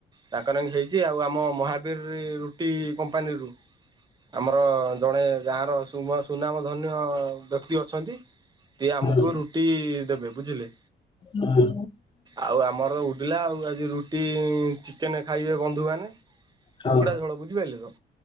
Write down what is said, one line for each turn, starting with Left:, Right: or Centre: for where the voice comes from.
Right: ତାଙ୍କ ନାଗି ହେଇଛି ଆଉ ଆମ ମହାବୀର ରୁଟି କପାନୀରୁ, ଆମର ଜଣେ ଗାର ସୁନାମ ଧରି ନିଅ, ବ୍ୟକ୍ତି ଅଛନ୍ତି ସିଏ ଆମକୁ
Left: ହଁ
Right: ରୁଟି ଦେବେ, ବୁଝିଲେ
Left: ହଁ
Right: ଆଉ ଆମର ପିଲା ଆଉ ଆଜି ରୁଟି ଚିକେନ ଖାଇବେ ବନ୍ଧୁମାନେ
Left: ହଁ।
Right: କୁକୁଡ଼ା ଝଳ ବୁଝିପାରିଲେ ତ?